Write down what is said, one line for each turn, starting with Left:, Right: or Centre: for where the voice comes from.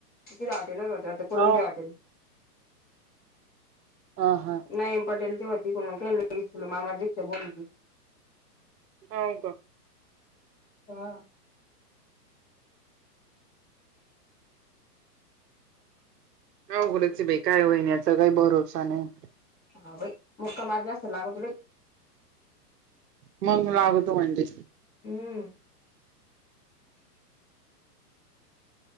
Left: ति हॉटेलत ता कोलंबी
Right: ह
Left: हॉटेल.
Right: ह हां.
Left: नाही पटेल ते <unintelligible> म आमाला कशाला बोलीवती.
Right: हो का?
Left: हा.
Right: अवघडंचए बाई. काय होईल याचा काही भरोसा नाही.
Left: हा बाई. मुक्का मार जास्त लागला तुले.
Right: मग लागतो म्हणजे?
Left: हम्म.